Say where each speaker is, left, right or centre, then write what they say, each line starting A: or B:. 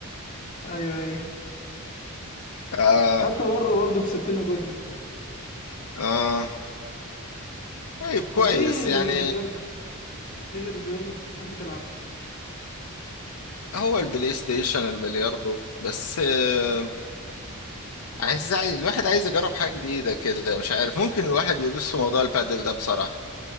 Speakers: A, on the left (about 40°); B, on the left (about 80°).
A: ايوه ايوه
B: اه
A: حتى بره برضه كسبتني جدن
B: اه طيب كويس
A: طب ايه
B: يعني
A: غير البلياردو ايه غير البلياردو كنت بتحب تلعب
B: هو البلاي ستيشن البلياردو بس آه، عايز عايز- الواحد عايز يجرب حاجة جديدة كده مش عارف ممكن الواحد يدوس في موضوع البادل ده بصراحة